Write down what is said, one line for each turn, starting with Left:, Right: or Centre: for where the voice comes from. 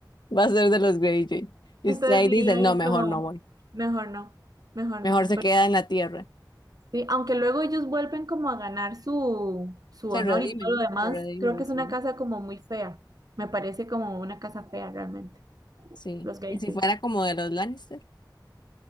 Left: va a ser de los Greyjoy. Y
Right: Entonces
Left: usted ahí
Right: diría
Left: dice, no,
Right: ahí
Left: mejor
Right: como,
Left: no voy,
Right: mejor no, mejor
Left: mejor
Right: no,
Left: se
Right: porque
Left: queda en la tierra.
Right: sí, aunque luego ellos vuelven como a ganar su, su
Left: Se
Right: honor
Left: redimen,
Right: y todo lo demás,
Left: se redimen,
Right: creo que
Left: sí,
Right: es una casa como muy fea. Me parece como una casa fea realmente,
Left: sí.
Right: los Greyjoy.
Left: Y si fuera como de los Lannister.